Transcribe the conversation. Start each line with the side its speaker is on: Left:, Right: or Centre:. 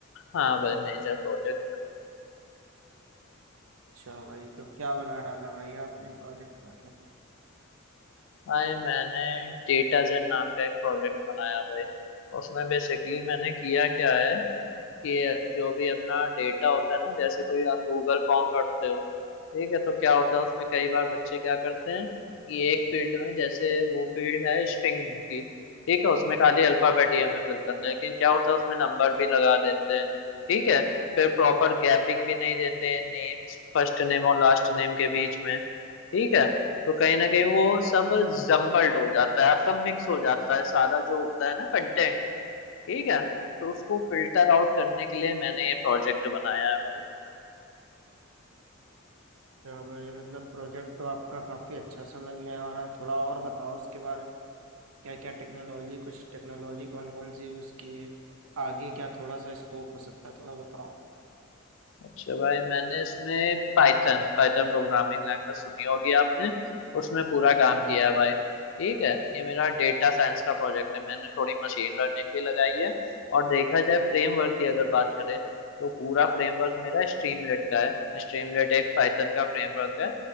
Left: हाँ भाई मेजर प्रोजेक्ट
Right: अच्छा भाई तो क्या बना डाला भाई आपने प्रोजेक्ट बना के
Left: भाई मैंने डेटा जेन नाम का एक प्रोजेक्ट बनाया भाई उसमें बेसिकली मैंने किया क्या है कि जो भी अपना डेटा होता है ना जैसे कोई आप गूगल फॉर्म भरते हो ठीक है तो क्या होता है उसमें कई बार बच्चे क्या करते हैं कि एक फील्ड में जैसे वो फील्ड है स्ट्रिंग की ठीक है उसमें खाली अल्फाबेट ही हमें फिल करना है लेकिन क्या होता है उसमें नंबर भी लगा देते हैं ठीक है फिर प्रॉपर गैपिंग भी नहीं देते हैं नेम्स फर्स्ट नेम और लास्ट नेम के बीच में ठीक है तो कहीं ना कहीं वो सब जम्बल्ड हो जाता है आपका मिक्स हो जाता है सारा जो होता है ना कंटेंट ठीक है तो उसको फिल्टर आउट करने के लिए मैंने ये प्रोजेक्ट बनाया है भाई
Right: अच्छा भाई मतलब प्रोजेक्ट तो आपका काफी अच्छा समझ में आ रहा है थोड़ा और बताओ उसके बारे में क्या क्या टेक्नोलॉजी कुछ टेक्नोलॉजी कौन कौन सी यूज की है आगे क्या थोड़ा सा स्कोप हो सकता है थोड़ा बताओ
Left: अच्छा भाई मैंने इसमें पाइथन पाइथन प्रोग्रामिंग लैंग्वेज सुनी होगी आपने उसमें पूरा
Right: हम्म
Left: काम किया है भाई ठीक है ये मेरा डेटा साइंस का प्रोजेक्ट है मैंने थोड़ी मशीन लर्निंग भी लगाई है और देखा जाए फ्रेमवर्क की अगर बात करें तो पूरा फ्रेमवर्क मेरा स्ट्रीमलेट का है स्ट्रीमलेट एक पाइथन का फ्रेमवर्क है